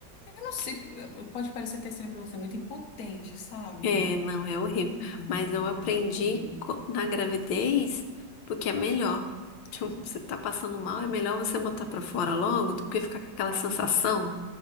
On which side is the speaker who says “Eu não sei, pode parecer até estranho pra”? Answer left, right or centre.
Left